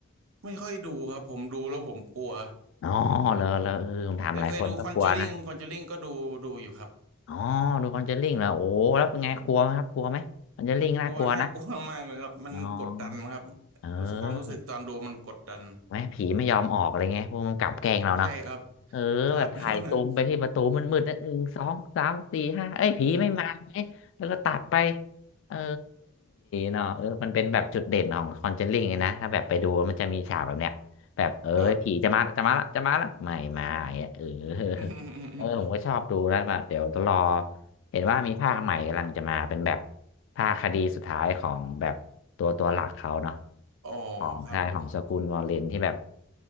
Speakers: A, on the right; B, on the left.
A: ไม่ค่อยดูครับผมดูแล้วผมกลัว
B: อ๋อเลอเลอเออผมถามหลายคนก็กลัวนะ
A: แต่เคยดูคอนจูริงคอนจูริงก็ดูดูอยู่ครับ
B: อ๋อดูคอนเจอริ่งเหรอโอ้แล้วเป็นไงกลัวไหมครับกลัวไหมคอนเจอริ่งน่ากลัวนะ
A: กลัวน่ากลัวมากเลยครับมันกดดันครับ
B: อ๋อเออ
A: รู้สึกความรู้สึกตอนดูมันกดดัน
B: ไหมผีไม่ยอมออกอะไรเงี้ยพวกมันกลับแกล้งเราเนาะ
A: ใช่ครับ
B: เออแบบถ่ายซูมไปที่ประตูมนมืดๆนะหนึ่งสองสามสี่ห้าเอ้ยผีไม่มาเอ้ยแล้วก็ตัดไป
A: ครับ <laughs>
B: เออเนาะเออมันเป็นแบบจุดเด่นของคอนเจลลิ่งนะถ้าแบบไปดูมันจะมีฉากแบบเนี้ยแบบเออผีจะมาจะมาละจะมาละไม่มาอย่างเงี้ยเออ
A: ครับ
B: <laughs>
A: <laughs>
B: เออผมก็ชอบดูแล้วแบบเดี๋ยวรอ เห็นว่ามีภาคใหม่กำลังจะมาเป็นแบบภาคคดีสุดท้ายของแบบตัวตัวหลักเขาเนาะ
A: อ๋อ
B: ของใช่ของสกุลวอลเลนที่แบบ
A: ครับผม